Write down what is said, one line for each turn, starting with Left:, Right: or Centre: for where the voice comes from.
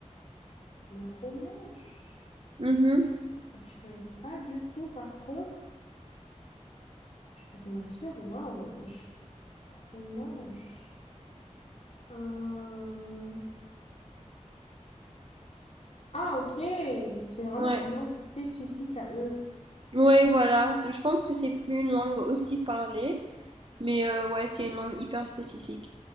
Left: Le romanche
Right: Mhm.
Left: Je... Ah, si je connais pas du tout, par contre. Je vais pas te mentir. Waouh. je- Romanche. Euh, Ah, ok. C'est vraiment
Right: Ouais.
Left: une langue spécifique à eux.
Right: Ouais, voilà. C'est- Je pense que c'est plus une langue aussi parlée, mais euh, ouais, c'est une langue hyper spécifique.